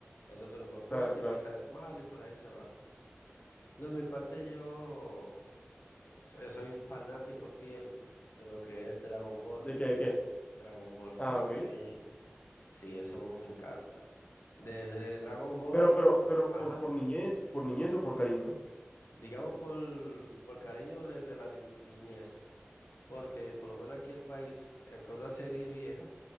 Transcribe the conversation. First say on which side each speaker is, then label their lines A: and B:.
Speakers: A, on the left; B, on the left.
A: El otro es más fuerte,
B: Claro, claro.
A: quizás es malo y por ahí se va. No, De mi parte yo so- soy fanático fiel de lo que es Dragon Ball.
B: ¿De qué, de qué?
A: Dragon Ball
B: Ah,
A: para
B: ok.
A: mí Sí, eso me encanta. Desde Dragon Ball,
B: Pero, pero, pero,
A: ajá,
B: por, por niñez, por niñez o por cariño.
A: digamos por, por cariño desde la di- niñez, porque por lo menos aquí en el país, aunque una serie vieja,